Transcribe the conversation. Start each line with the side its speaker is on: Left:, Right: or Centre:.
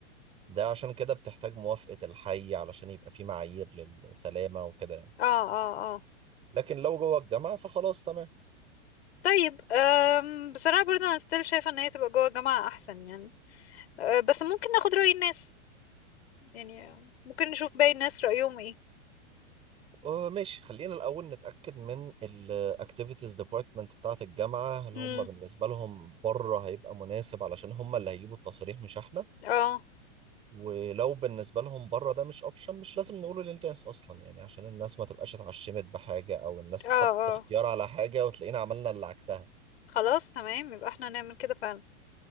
Right: ده عشان كده بتحتاج موافقة الحي علشان يبقى في معايير للسلامة وكده يعني
Left: اه اه اه
Right: لكن لو جوه الجامعة فخلاص تمام
Left: طيب أم بصراحة برضو انا ستيل شايفة ان هي تبقى جوه الجامعة احسن يعني أه بس ممكن ناخد رأي الناس يعني ممكن نشوف باقي الناس رأيهم ايه
Right: آه ماشي خلينا الأول نتأكد من ال Activities Department بتاعة الجامعة هل
Left: امم
Right: هم بالنسبة لهم بره هيبقى مناسب علشان هم اللي هيجيبوا التصاريح مش احنا
Left: اه
Right: ولو بالنسبة لهم بره ده مش أوبشن مش لازم نقوله للناس أصلا يعني عشان الناس ما تبقاش اتعشمت بحاجة أو الناس
Left: اه
Right: حطت
Left: اه
Right: اختيار على حاجة وتلاقينا عملنا اللي عكسها
Left: خلاص تمام يبقى احنا نعمل كده فعلا